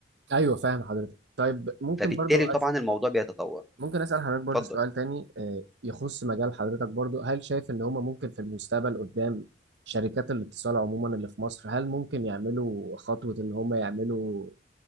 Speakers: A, on the right; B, in the centre.
A: ايوه فاهم حضرتك طيب ممكن
B: فبالتالي
A: برضو أس...
B: طبعا الموضوع بيتطور
A: ممكن اسال حضرتك برضو
B: اتفضل
A: سؤال تاني آه، يخص مجال حضرتك برضو هل شايف ان هما ممكن في المستقبل قدام شركات الاتصال عموما اللي في مصر هل ممكن يعملوا خطوة ان هما يعملوا